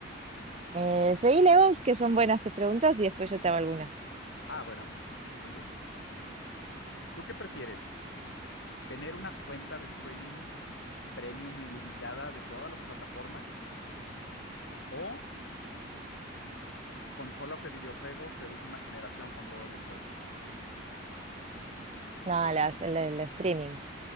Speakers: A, on the right (about 30°); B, on the left (about 65°).
A: Eh, seguile vos, que son buenas tus preguntas, y después yo te hago alguna.
B: Ah, bueno, muy bien. ¿Tú qué prefieres? ¿Tener una cuenta de streaming premium ilimitada de todas las plataformas o consolas de videojuegos de última generación con todos los juegos?
A: No, las, el, el streaming.